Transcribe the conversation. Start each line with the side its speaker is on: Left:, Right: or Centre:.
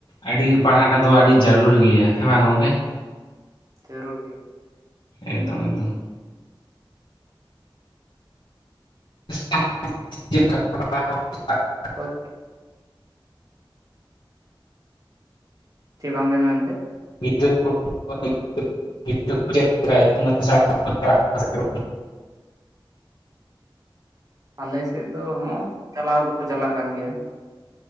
Left: ᱟᱹᱰᱤᱯ ᱯᱟᱲᱦᱟᱜ ᱴᱟᱜ ᱫᱚ ᱟᱹᱰᱤ ᱡᱟᱹᱨᱩᱲ ᱜᱮᱭᱟ ᱦᱮᱸ ᱵᱟᱝ ᱜᱚᱝᱠᱮ
Right: ᱡᱟᱹᱨᱩᱲ ᱜᱮᱭᱟ
Left: ᱮᱠᱫᱚᱢ ᱮᱠᱫᱚᱢ <unintelligible>
Right: <unintelligible> ᱪᱮᱫ ᱵᱟᱝ ᱵᱮᱱ ᱢᱮᱱᱠᱮ
Left: <unintelligible>
Right: ᱟᱞᱮ ᱥᱮᱫ ᱫᱚ ᱦᱚᱸ ᱪᱟᱞᱟᱣ ᱫᱚᱠᱚ ᱪᱟᱞᱟᱜ ᱠᱟᱱ ᱜᱮᱭᱟ᱾